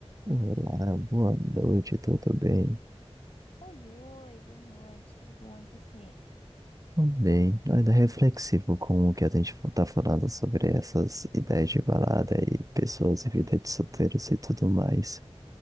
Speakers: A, on the right (about 30°); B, on the left (about 60°).
A: Olá, boa noite, tudo bem?
B: Oi, oi, boa noite, tudo bom? E você?
A: Tudo bem, ainda reflexivo com o que a gente tá falando sobre essas ideias de balada e pessoas e vida de solteiros e tudo mais.